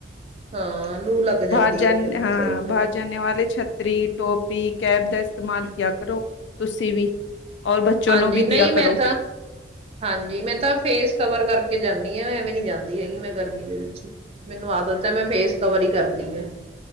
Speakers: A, on the right; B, on the left.
A: ਹਾਂ ਲੂ ਲੱਗ
B: ਬਾਹਰ
A: ਜਾਂਦੀ
B: ਜਾਨ,
A: ਹੈ ਫਿਰ
B: ਹਾਂ
A: ਸਹੀ
B: ਬਾਹਰ
A: ਗੱਲ
B: ਜਾਨੇ ਵਾਲੇ ਛਤਰੀ, ਟੋਪ ਵੀ ਕੈਪ ਦਾ ਇਸਤੇਮਾਲ ਕੀਆ ਕਰੋ, ਤੁਸੀਂ ਵੀ। ਔਰ ਬਚੋ
A: ਹਾਂਜੀ
B: ਨੋ ਵੀ
A: ਨਹੀਂ
B: ਦੀਆਂ ਕਰੋ।
A: ਮੈਂ ਤਾਂ ਹਾਂਜੀ ਮੈਂ ਤਾਂ ਫੇਸ ਕਵਰ ਕਰਕੇ ਜਾਂਦੀ ਹਾਂ ਐਵੇਂ ਨੀ ਜਾਂਦੀ ਹੈਗੀ ਮੈਂ ਗਰਮੀ ਦੇ ਵਿੱਚ। ਮੈਨੂੰ ਆਦਤ ਹੈ ਮੈਂ ਫੇਸ ਕਵਰ ਹੀ ਕਰਦੀ ਹਾਂ।